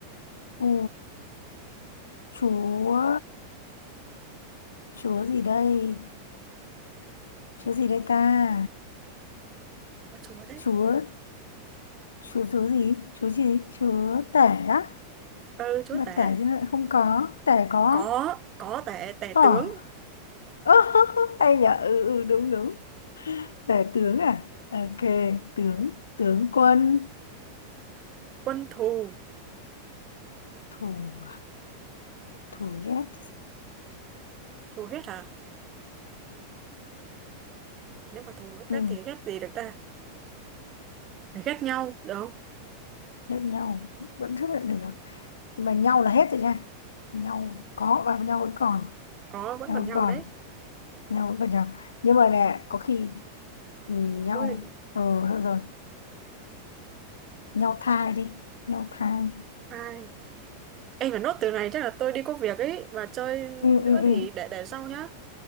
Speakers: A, on the left; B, on the right.
A: ừ, chúa chúa gì đây chúa gì đây ta
B: Có chúa đấy.
A: chúa chúa chúa gì chúa gì chúa tể á
B: Ờ, chúa
A: mà
B: tể.
A: tể thì lại không có tể có
B: Có, có tể, tể
A: có
B: tướng.
A: Ơ, <laughs> hay nhở ừ, ừ đúng đúng tể tướng à ok tướng tướng quân
B: Quân thù.
A: thủ thủ ghét
B: Thù hết à? Nếu mà thù
A: ừ
B: ghét thì ghét gì được ta? Ghét nhau, được không?
A: lẫn nhau vẫn chấp nhận được mà nhau là hết rồi nha nhau có và nhau vẫn còn
B: Có, vẫn
A: nhau
B: còn
A: vẫn
B: nhau
A: còn
B: đấy.
A: nhau vẫn còn nhau nhưng mà nè có khi ừ, nhau
B: Ôi,
A: ờ thôi rồi nhau thai đi nhau thai
B: hai Ê mà nốt từ này chắc là tôi đi có việc ấy và chơi
A: ừ ừ
B: nữa
A: ừ
B: thì để để sau nhá